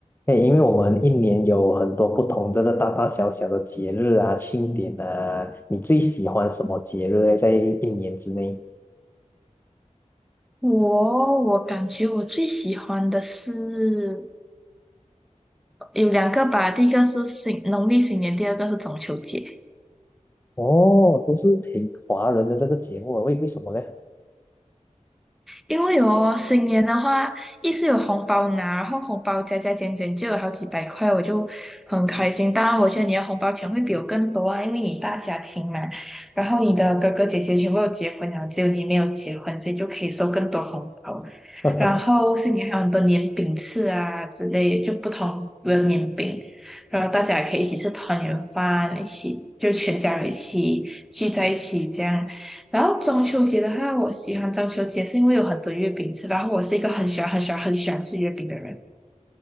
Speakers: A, on the left; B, in the centre.
A: 对，因为我们一年有很多不同这个大大小小的节日啊、庆典啊，你最喜欢什么节日呢在一年之内？
B: 我我感觉我最喜欢的是有两个吧，第一个是新农历新年，第二个是中秋节。
A: 哦，都是挺华人的这个节目啊，为为什么呢？
B: 因为哦，新年的话，一是有红包拿，然后红包加加减减就有好几百块，我就很开心。当然，我觉得你的红包钱会比我更多啊，因为你大家庭嘛，然后你的哥哥姐姐全部都结婚了，只有你没有结婚，所以就可以收更多红包。
A: <laughs>
B: 然后新年还有很多年饼吃啊之类，就不同的年饼，然后大家也可以一起吃团圆饭，一起就全家人一起聚在一起这样。然后中秋节的话，我喜欢中秋节是因为有很多月饼吃，然后我是一个很喜欢、很喜欢、很喜欢吃月饼的人。